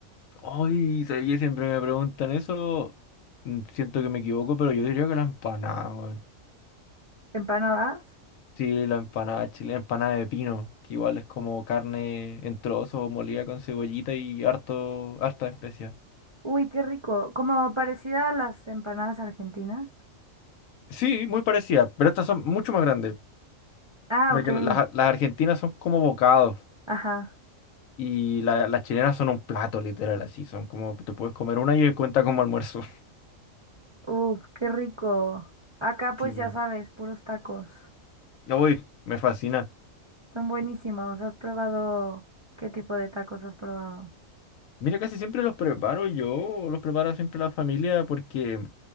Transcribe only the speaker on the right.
¿Empanadas?
Uy, qué rico. Como parecida a las empanadas argentinas.
Ah,
ok.
Ajá.
Uf, qué rico. Acá pues
ya sabes, puros tacos.
Son buenísimos. ¿Has probado? ¿Qué tipo de tacos has probado?